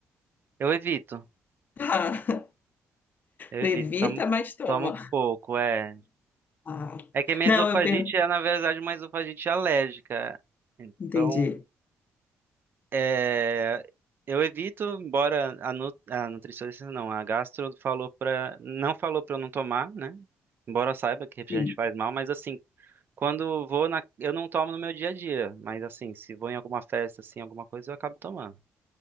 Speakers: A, on the right; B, on the left.
A: Eu evito.
B: <laughs> Ah,
A: Evito,
B: evita,
A: tomo,
B: mas toma.
A: tomo pouco, é.
B: Ah,
A: É que a minha
B: não,
A: esofagite
B: eu per...
A: é, na verdade, uma esofagite alérgica. Então,
B: entendi.
A: é, eu evito, embora a, nu, a nutricionista, não, a gastro falou pra, não falou pra eu não tomar, né? Embora eu saiba que refrigerante
B: Sim,
A: faz mal, mas assim, quando vou na, eu não tomo no meu dia a dia, mas assim, se vou em alguma festa, assim, alguma coisa, eu acabo tomando.